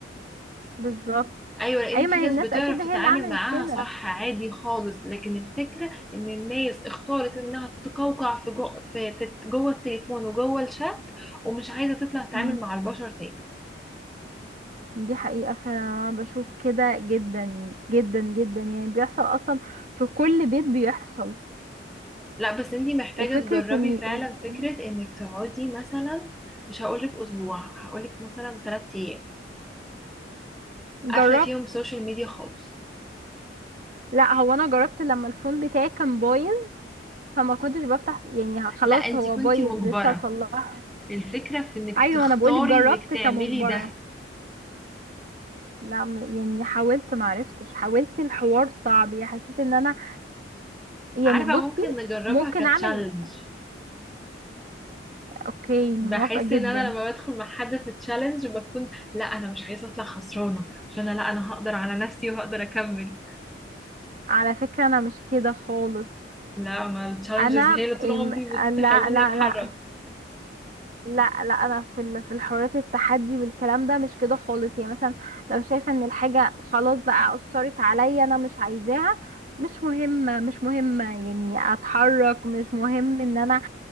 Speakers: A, on the right; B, in the centre.
A: بالظبط
B: ايوه لان
A: اي ما
B: في ناس
A: هي الناس
B: بتعرف
A: اكيد هي
B: تتعامل
A: اللي عملت
B: معاها
A: كده
B: صح عادي خالص لكن الفكره ان الناس اختارت انها تقوقع في جو في, في جوه التليفون وجوه الشات ومش عايزه تطلع تتعامل
A: مم.
B: مع البشر تاني
A: دي حقيقة فعلا انا بشوف كده جدا جدا جدا يعني بيحصل اصلا في كل بيت بيحصل
B: لا بس انتي محتاجه
A: وفكرة
B: تجربي
A: اني إن-
B: فعلا فكره انك تقعدي مثلا مش هقولك اسبوع هقولك مثلا 3 ايام قافله
A: جربت
B: فيهم سوشيال ميديا خالص
A: لا هو انا جربت لما الفون بتاعي كان بايظ فما كنتش بفتح يعني خلاص
B: لا انت
A: هو
B: كنتي
A: بايظ
B: مجبرة
A: لسه اصلحه
B: الفكرة في انك
A: ايوه
B: تختاري
A: انا بقولك جربت
B: انك تعملي
A: كمجبرة
B: ده
A: لا م- يعني حاولت معرفتش حاولت الحوار صعب يعني حسيت ان انا يعني
B: عارفه
A: بصي
B: ممكن نجربها
A: ممكن
B: كتشالنج
A: اعمل اوكي موافقة
B: بحس
A: جدا
B: ان انا لما بدخل مع حد في تشالنج بكون لا انا مش عايزه اطلع خسرانه عشان انا لا انا هقدر على نفسي وهقدر اكمل
A: على فكرة انا مش كده خالص
B: لا ما التشالنجز
A: انا
B: هي اللي طول
A: إم...
B: عمري بتخليني
A: لا لا
B: اتحرك
A: لا لا لا انا في ال... في الحريات التحدي والكلام ده مش كده خالص يعني مثلا لو شايفة ان الحاجة خلاص بقى اثرت عليا انا مش عايزاها مش مهمة مش مهمة يعني اتحرك مش مهم ان انا